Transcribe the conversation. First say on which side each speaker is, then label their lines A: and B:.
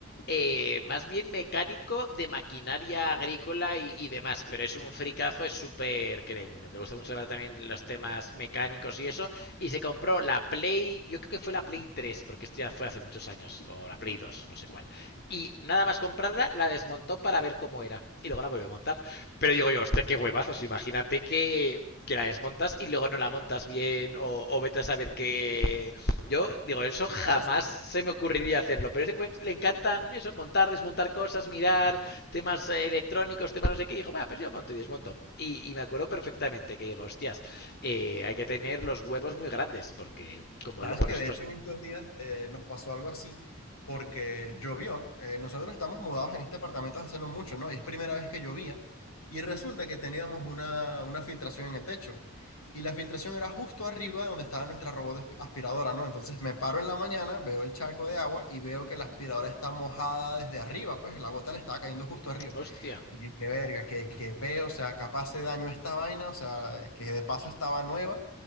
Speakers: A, on the left; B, on the left.
A: eh, más bien mecánico de maquinaria agrícola y, y demás, pero es un fricazo, es súper, que le, le gusta mucho hablar también los temas mecánicos y eso, y se compró la Play, yo creo que fue la Play 3, porque esto ya fue hace muchos años, o la Play 2, no sé cuál. Y nada más comprarla, la desmontó para ver cómo era, y luego la volvió a montar. Pero digo yo, hostia, qué huevazos, imagínate que que la desmontas y luego no la montas bien o, o vete a saber que yo digo eso jamás
B: ¿Sabes qué?
A: se me ocurriría hacerlo pero es que le encantan eso montar desmontar cosas mirar temas eh, electrónicos temas no sé qué y dijo va pues yo monto y desmonto y, y me acuerdo perfectamente que digo hostias eh, hay que tener los huevos muy grandes porque como
B: Sabes
A: luego
B: que
A: no sepas
B: de hecho en estos días eh, nos pasó algo así porque llovió. Eh, nosotros estamos mudados en este apartamento hace no mucho, ¿no? Y es primera vez que llovía y resulta que teníamos una, una filtración en el techo y la filtración era justo arriba de donde estaba nuestra robot asp- aspiradora, ¿no? Entonces me paro en la mañana, veo el charco de agua y veo que la aspiradora está mojada desde arriba, pues la gota le estaba cayendo justo arriba.
A: hostia
B: Y qué verga, qué, qué peo, o sea, capaz se dañó esta vaina, o sea, que de paso estaba nueva.